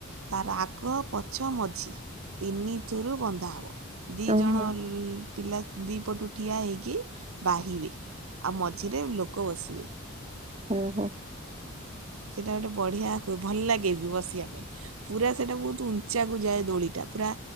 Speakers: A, on the right; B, on the right.
A: ତାର ଆଗ, ପଛ, ମଝି ତିନିଥୁରୁ ବନ୍ଧା ହବ। ଦି
B: ଓହୋ
A: ଜଣ ଲୋ ପିଲା ଦି ପଟୁ ଠିଆ ହେଇକି ବାହିବେ। ଆଉ ମଝିରେ ଲୋକ ବସିବେ।
B: ଓ ହୋ।
A: ସେଇଟା ଗୋଟେ ବଢିଆ ହୁଏ ଭଲ ଲାଗେ ବି ବସିବା ପାଇଁ। ପୁରା ସେଇଟା ବହୁତ ଉଞ୍ଚାକୁ ଯାଏ ଦୋଳିଟା। ପୁରା